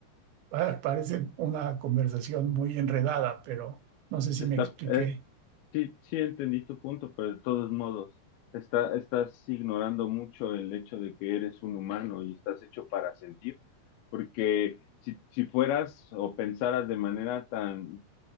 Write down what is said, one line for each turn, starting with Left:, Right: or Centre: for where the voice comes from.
Right: Ah, Parece una conversación muy enredada, pero no sé si
Left: Está,
Right: me expliqué.
Left: eh, sí, sí entendí tu punto, pero de todos modos, está, estás ignorando mucho el hecho de que eres un humano y estás hecho para sentir, porque si, si fueras o pensaras de manera tan